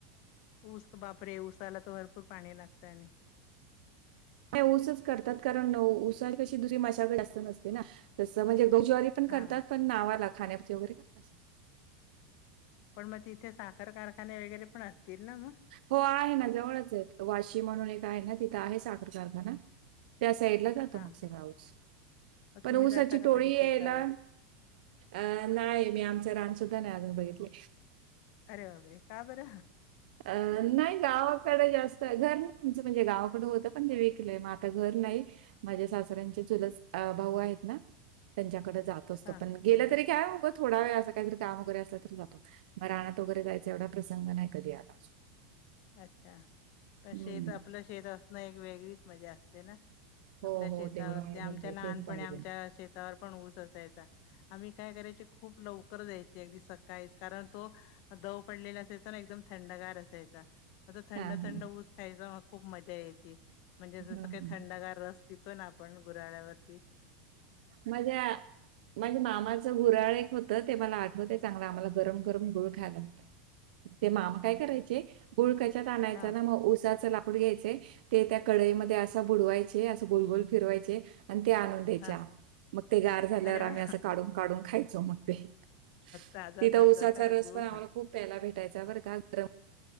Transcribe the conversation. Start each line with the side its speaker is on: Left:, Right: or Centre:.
Left: ऊस, बापरे ऊसाला तर भरपूर पाणी लागतं आणि
Right: ऊसच करतात कारण ऊसा शीवाय दुसरी माशागद जास्त नसते ना तस म्हणजे गहु, ज्वारी पण
Left: हां
Right: करतात पण नावाला खाण्या पुरती वगैरे करतात.
Left: पण मग तिथे साखर कारखाने वगैरे पण असतील ना मग?
Right: हो आहे ना जवळच आहेत वाशी म्हणून एक आहे ना तिथं आहे साखर कारखाना. त्या साईडला जातो
Left: हां
Right: मग सगळा ऊस
Left: मग
Right: पण
Left: तुम्ही
Right: ऊसाची
Left: जाता का
Right: टोळी
Left: कधी
Right: यायला
Left: शेतावर
Right: अं नाही मी आमच रानसुद्धा नाही अजून बघितले.
Left: अरे बापरे का बर?
Right: अ नाही गावाकडे जास्त घर नाही आमचं म्हणजे गावाकडे होतं पण ते विकलंय मग आता घर नाही माझ्या सासऱ्यांचे चुल भाऊ आहेत ना त्यांच्याकडे जात असतो
Left: हा
Right: पण गेलं तरी काय होग थोडा वेळ असं काही काम वगैरे असलं तर जातो मग आत वगैरे जायचं एवढा प्रसंग नाही कधी आला.
Left: अच्छा
Right: हं.
Left: शेत आपलं शेत असणं एक वेगळीच मजा अस ते ना
Right: हो,
Left: आपल्या
Right: हो.
Left: शेतावरती
Right: तेवढं आहे
Left: आमच्या
Right: बरं का.
Left: लहानपणी
Right: तेच पाहिजे.
Left: आमच्या शेतावर पण ऊस असायचा. आम्ही काय करायचे खूप लवकर जायचे अगदी सकाळीच कारण तो दव पडलेला असायचा ना एकदम थंडगार असायचा. आता थंड,
Right: हां, हां.
Left: थंड ऊस खायचा खूप मजा यायची म्हणजे जसं
Right: हां,
Left: काही
Right: हां.
Left: थंडगार रस पितो ना आपण गुऱ्हाळ्यावरती
Right: मजा माझे मामाचं घुराळ एक होतं ते मला आठवते चांगलं आम्हाला गरम, गरम गुळ खायला भेटायचं. ते मामा काय करायचे गुळकाच्यात आणायच
Left: हा
Right: ना मग उसाच ला गुळ घ्यायचे ते त्या कडईमध्ये असं बुडवायचे असा गोलगोल फिरवायचे आणि ते आणुन ते
Left: हा
Right: च्या मग ते गार झाल्यावर
Left: अरे
Right: आम्ही
Left: वा
Right: असं काढून, काढून खायचो मग ते तिथं
Left: ताजा ताजा
Right: ऊसाचा
Left: का
Right: रस
Left: गुळ
Right: पण आम्हाला खूप प्यायला भेटायचा बर का गरम